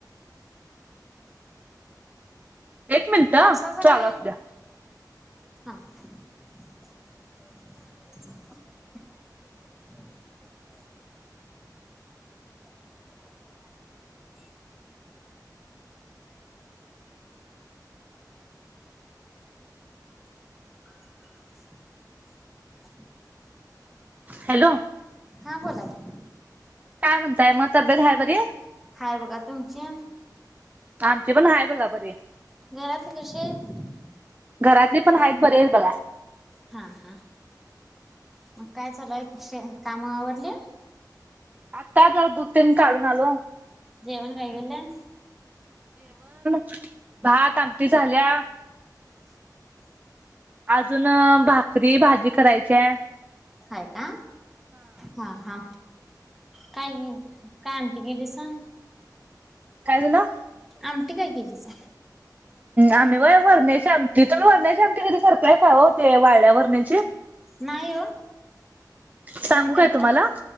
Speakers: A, on the right; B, in the centre.
A: एक मिनिट हं
B: पावसाच
A: चालू
B: काय
A: असू द्या.
B: हा <unintelligible> <inaudible> <inaudible>
A: हॅलो?
B: हा बोला की
A: काय म्हणते? ताय म तब्येत हाय म बरी?
B: हाय बघा तुमची
A: आमची पण हाय बघा. बरीये
B: घरातले कसे आहेत?
A: घरातली पण आहेत बरी हायत बघा.
B: हा, हा, मग काय चालुय कशी काम आवरली?
A: आता जर दूधतेन काढून आलो.
B: जेवन काय केलय?
A: थ <inaudible> भात आमटी झाल्या
B: ् <inaudible>
A: अजून भा भाकरी, भाजी करायची आहे.
B: हाय का? हा. हा. काय नई, काय आमटी केली सांग?
A: काय झालं?
B: आमटी काय केलीसा?
A: आम्ही व्हय वरण्याची आमटी तुम्ही वरण्याची आमटी कधी करताय का? आवं ते वाळया वरण्याची?
B: नाही हो,
A: सांगू
B: तुम्ही
A: काय
B: करता?
A: तुम्हाला?